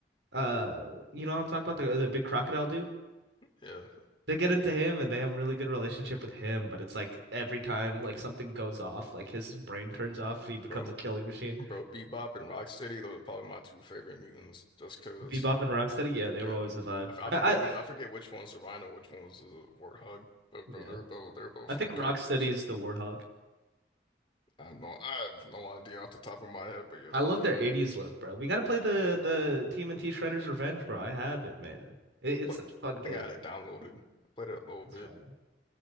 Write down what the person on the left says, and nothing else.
Yeah,
bro,
bro, Bebop and Rocksteady. Those are probably my two favorite mutants. Just cause.
Yeah,
I, f- I
forget which
I forget which one's the rhino, which one was the warthog.
But
bro, they're both they're both
fun
characters.
I have no I have no idea off the top of my head, but yeah, there
was a-
yeah.
I
play,
I
think I had it downloaded. I played it a little
bit.